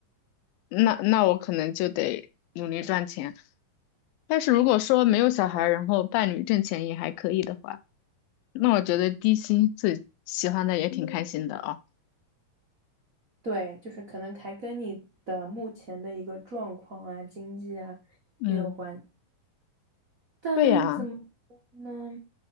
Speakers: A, on the left; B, on the right.
A: 那那我可能就得努力赚钱。但是如果说没有小孩儿然后伴侣挣钱也还可以的话，那我觉得低薪自己喜欢的也挺开心的啊。
B: 对，就是可能还跟你的目前的一个状况啊、经济啊也有关。
A: 嗯，
B: 但怎么说呢？
A: 对呀，